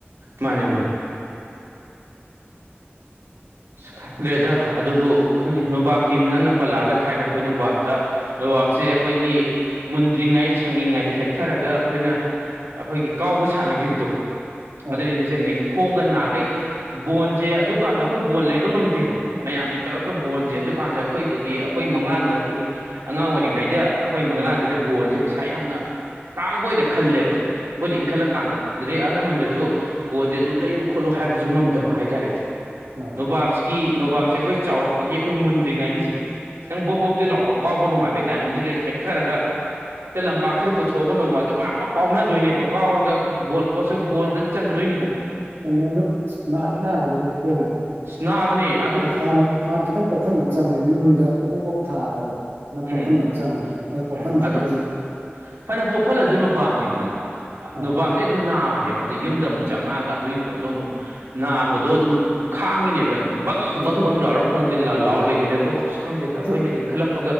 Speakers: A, on the right (about 85°); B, on the right (about 70°).
A: ꯃꯥꯅꯦ ꯃꯥꯅꯦ ꯈꯪꯗ꯭ꯔꯦꯗ ꯑꯗꯨꯕꯨ ꯈꯪꯗꯦ꯫ ꯅꯣꯕꯥꯞꯀꯤ ꯅꯪꯅ ꯄꯜꯂꯛꯑꯒ ꯊꯥꯏꯅ ꯑꯩꯈꯣꯏ ꯅꯣꯕꯥꯞꯇ ꯅꯣꯕꯥꯞꯁꯦ ꯑꯩꯈꯣꯏꯒꯤ ꯃꯨꯟꯗ꯭ꯔꯤꯉꯩ ꯁꯪꯂꯤꯉꯥꯏꯗ ꯍꯦꯛꯊꯔꯒ ꯑꯩꯈꯣꯏꯅ ꯑꯩꯈꯣꯏꯒꯤ ꯀꯥꯎꯕ ꯁꯥꯟꯅꯈꯤꯕꯗꯣ
B: ꯑꯧ
A: ꯑꯗꯨꯗ ꯅꯤꯡꯁꯤꯡꯉꯩꯁꯦ ꯈꯣꯡꯒ ꯅꯥꯈꯩ ꯕꯣꯟꯁꯦ ꯑꯗꯨꯀꯥꯟꯗ ꯑꯩꯈꯣꯏ ꯕꯣꯟ ꯂꯩꯕ ꯉꯝꯗꯦꯕꯀꯣ ꯃꯌꯥꯝꯒꯤ ꯇꯧꯔꯒ ꯕꯣꯟꯁꯦ ꯑꯗꯨꯀꯥꯟꯗ ꯑꯩꯈꯣꯏꯗꯗꯤ ꯑꯩꯈꯣꯏ ꯃꯪꯂꯥꯟꯗ ꯑꯩꯈꯣꯏꯒꯤ ꯑꯉꯥꯡ ꯑꯣꯏꯔꯤꯉꯩꯗ ꯑꯩꯈꯣꯏ ꯃꯪꯂꯂꯥꯟꯁꯤꯗ ꯕꯣꯟꯁꯦ ꯄꯩꯁꯥ ꯌꯥꯝꯅ ꯇꯥꯡꯕ ꯑꯣꯏꯅ ꯈꯜꯂꯦꯕ ꯑꯩꯈꯣꯏꯗꯤ ꯏꯟꯈꯠꯂꯀꯥꯟꯗ ꯑꯗꯨꯗꯩ ꯑꯍꯜ ꯂꯃꯟꯗꯁꯨ ꯕꯣꯟꯁꯦ ꯑꯗꯨ ꯂꯩꯌꯨ ꯈꯣꯠꯂꯨ ꯍꯥꯏꯕꯁꯨ ꯉꯝꯗꯕ ꯍꯥꯏꯇꯥꯔꯦꯀꯣ
B: ꯑ <unintelligible>
A: ꯅꯣꯕꯥꯞꯁꯀꯤ ꯅꯣꯕꯥꯞꯁꯦ ꯑꯩꯈꯣꯏ ꯆꯥꯎꯔꯛꯄꯒꯤ ꯑꯩꯈꯣꯏ ꯃꯨꯟꯗ꯭ꯔꯤꯉꯥꯏꯒꯤꯁꯦ ꯈꯤꯇꯪ ꯕꯣ ꯕꯣꯞꯇ ꯂꯔꯛꯄ ꯀꯥꯎꯕ ꯅꯨꯡꯉꯥꯏꯕꯩ ꯇꯥꯏꯃꯤꯡꯗꯨꯗ ꯍꯦꯛꯊꯔꯒ ꯍꯦꯛꯇꯥ ꯂꯝꯄꯥ ꯐꯔ ꯄꯨꯊꯣꯒꯅꯅꯨꯡ ꯋꯥꯗ ꯕꯥꯀ ꯕꯥꯛ ꯀꯥꯎꯅꯗꯣꯏꯅꯦꯕ ꯀꯥꯎꯔꯒ ꯕꯣꯜ ꯄꯣꯠ ꯕꯣꯜꯒ ꯆꯟꯗꯣꯏꯅꯤꯀꯣ
B: ꯆꯃꯦ ꯑꯗꯨ ꯑꯁ ꯅꯥꯗꯤ ꯅꯥꯕꯅꯦ ꯈꯣꯡꯗꯣ
A: ꯑꯁ ꯅꯥꯕꯅꯦ ꯑꯗꯨ
B: ꯑꯗꯣ ꯍꯥꯟꯅ ꯍꯥꯟꯅ ꯈꯤꯇꯪ ꯄꯣꯛꯍꯟꯕ ꯑꯃ ꯆꯪꯕꯅꯤ ꯅꯨꯡꯗ ꯄꯞ ꯄꯞ ꯄꯞ ꯊꯥꯔꯒꯀꯣ ꯄꯣꯛꯍꯟꯕ
A: ꯎꯝ
B: ꯑꯃ ꯆꯪꯕꯅꯤ ꯑꯗꯨꯣ
A: ꯎꯝ
B: ꯄꯣꯛꯍꯟꯗ꯭ꯔꯒꯗꯤ
A: ꯑꯗꯨ ꯐꯅ ꯄꯣꯐꯜꯂꯁꯨ ꯅꯣꯕꯥꯞꯅꯤꯗꯅꯀꯣ
B: ꯑꯥ
A: ꯅꯣꯕꯥꯞꯅ ꯑꯗꯨꯝ ꯅꯥꯕꯅꯦꯕ ꯑꯗꯩ ꯌꯨꯝꯗ ꯑꯃꯨꯛ ꯆꯪꯉꯛꯑꯒ ꯑꯗꯨꯒꯤ ꯄꯣꯠꯇꯣ ꯑꯃꯨꯛ ꯅꯥꯕꯗꯣ ꯑꯗꯨꯝ ꯈꯥꯡꯉꯤꯅꯦꯕ ꯕꯪ
B: ꯎꯝ
A: ꯕꯪꯕꯪ
B: ꯎꯠ
A: ꯂꯥꯎꯔ ꯈꯣꯡꯖꯦ ꯂꯥꯎꯔ ꯂꯩꯗꯣꯏꯅꯦ ꯑꯗꯣ ꯑꯁ ꯈꯪꯗꯦꯗ ꯑꯩꯈꯣꯏꯅ
B: ꯎꯠ
A: ꯏꯟꯈꯠꯂꯛꯄ